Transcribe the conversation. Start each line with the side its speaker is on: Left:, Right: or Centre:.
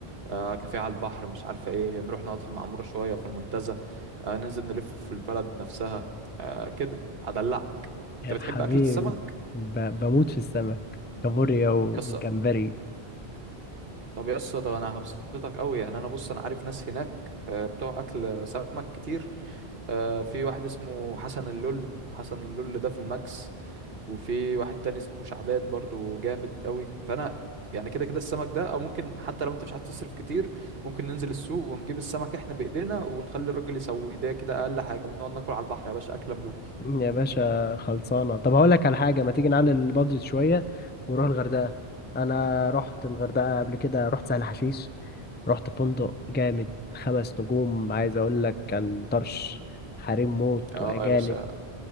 Right: آه كافيه على البحر مش عارفة ايه نروح نقعد في المعمورة شوية في المنتزه آه ننزل نلف في البلد نفسها آه كده هدلعك انت
Left: يا
Right: بتحب
Left: حبيبي
Right: أكلة السمك
Left: ب... بموت في السمك كابوريا وجمبري
Right: يس طب يس طب انا هبسطك قوي يعني انا بص انا عارف ناس هناك آه بتوع اكل سمك كتير آه في واحد اسمه حسن اللول حسن اللول ده في الماكس وفي واحد تاني اسمه شعبان برضو جامد قوي فانا يعني كده كده السمك ده او ممكن حتى لو انت مش عايز تصرف كتير ممكن ننزل السوق ونجيب السمك احنا بايدينا ونخلي الراجل يسوي ده كده اقل حاجه ونقعد ناكل على البحر يا باشا اكله ملوكي
Left: يا باشا خلصانة طب هقول لك على حاجة ما تيجي نعلي البادجت شوية ونروح الغردقة أنا رحت الغردقة قبل كده رحت سهل حشيش رحت فندق جامد خمس نجوم عايز أقول لك كان طرش حريم موت
Right: اه
Left: وأجانب
Right: يا باشا